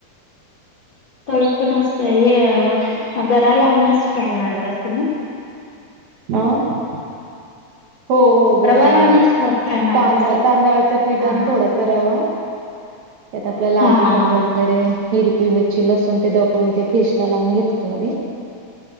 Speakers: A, on the left; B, on the right.
A: तळ पण असतंय, हे गरा लावूनच फ्राय मारत असते ना?
B: अ हो. हो गरा
A: रवा
B: लावूनच
A: फ्राय मारत
B: तांद
A: असेल ना?
B: तांदळाच पीठ
A: हा
B: आणि थोड तरयवा त्यात आपलं लाल
A: हा
B: तिखट
A: हा
B: वगै रे हिरवी मिरची लसून ते दवळून ते फ्रिश लावून घेतो आधी.